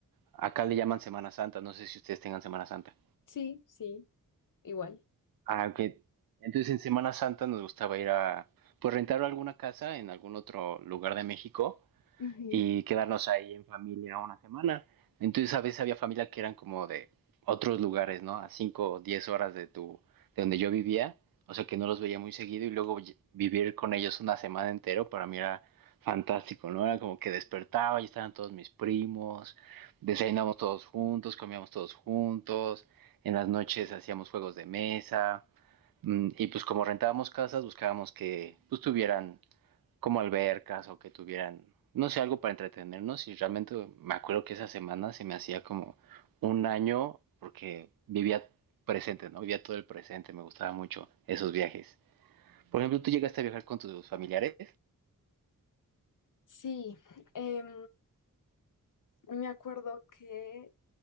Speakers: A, on the right; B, on the left.
A: acá le llaman Semana Santa, no sé si ustedes tengan Semana Santa.
B: Sí, sí. Igual.
A: Ah, que Entonces en Semana Santa nos gustaba ir a, pues rentar alguna casa en algún otro lugar de México
B: Ujú.
A: y quedarnos ahí en familia una semana. Entonces a veces había familia que eran como de otros lugares, ¿no? A 5 o 10 horas de, tu, de donde yo vivía, o sea que no los veía muy seguido y luego vi- vivir con ellos una semana entero para mí era fantástico, ¿no? Era como que despertaba y estaban todos mis primos, desayunábamos todos juntos, comíamos todos juntos, en las noches hacíamos juegos de mesa. Mm, Y pues como rentábamos casas, buscábamos que pues tuvieran como albercas o que tuvieran, no sé, algo para entretenernos. Y realmente me acuerdo que esa semana se me hacía como un año porque vivía presente, ¿no? Vivía todo el presente, me gustaba mucho esos viajes. Por ejemplo, tú llegaste a viajar con tus familiares,
B: Sí, em, me acuerdo que